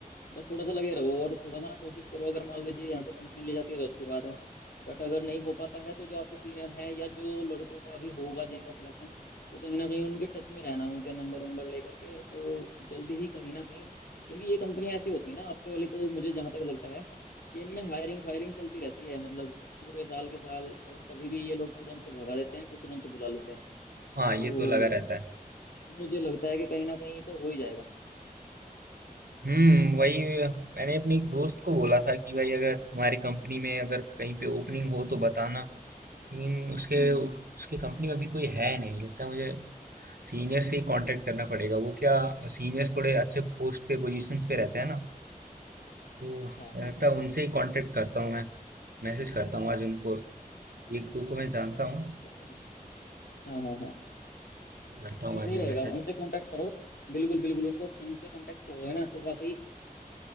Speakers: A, on the left (about 85°); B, on the right (about 80°).
A: बस थोड़ा सा लगे रहो और थोड़ा सा ना कोशिश करो अगर मान लीजिए यहाँ से कंपनी ले जाती है तो अच्छी बात है बट अगर नहीं हो पाता है तो जो आपके सीनियर हैं या जो लड़कों का भी होगा जिनका सिलेक्शन तो कहीं ना कहीं उनके टच में रहना उनके नंबर वंबर लेकर के तो जल्दी ही कहीं ना कहीं क्योंकि ये कंपनियां ऐसी होती है ना आपके वाली तो मुझे जहां तक लगता है कि इनमें हायरिंग फायरिंग चलती रहती है मतलब पूरे साल के साल और कभी भी ये लोग तुरंत से भगा देते हैं कुछ तुरंत से बुला लेते हैं
B: हाँ
A: तो
B: ये तो लगा रहता है
A: मुझे लगता है कि कहीं ना कहीं तो हो ही जाएगा
B: हम्म वही मैंने अपने एक दोस्त को बोला था कि भाई अगर तुम्हारी कंपनी में अगर कहीं पे ओपनिंग हो तो बताना लेकिन उसके
A: हम्म
B: उसके
A: हम्म
B: कंपनी में अभी कोई है नहीं लगता है मुझे सीनियर से ही कांटेक्ट करना पड़ेगा वो क्या सीनियर थोड़े अच्छे पोस्ट पे पोजीशंस पे रहते हैं ना तो मुझे
A: हाँ हाँ
B: लगता
A: हाँ
B: है उनसे ही कांटेक्ट करता हूँ मैं मैसेज करता हूँ आज उनको एक दो को मैं जानता हूँ
A: चलो हाँ हाँ हाँ
B: करता हूँ
A: नहीं सही
B: आज मैं
A: रहेगा
B: मैसेज
A: उनसे कांटेक्ट करो बिल्कुल बिल्कुल उनको उनसे कांटेक्ट करोगे ना तो वाकई